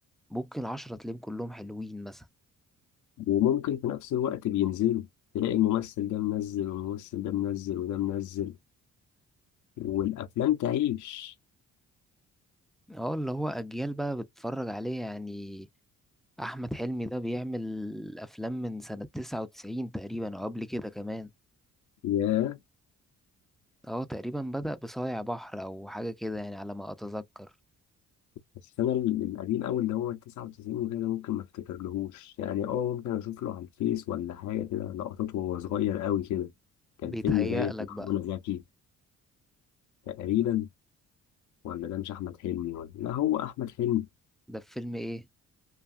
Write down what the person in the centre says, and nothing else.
ممكن عشرة تلاقيهم كلهم حلوين مثلا
اه اللي هو اجيال بقى بتتفرج عليه يعني احمد حلمي ده بيعمل افلام من سنة 99 تقريبا او قبل كده كمان
اه تقريبا بدأ بصايع بحر او حاجة كده يعني على ما اتذكر
بيتهيأ
لك
بقى
ده في فيلم ايه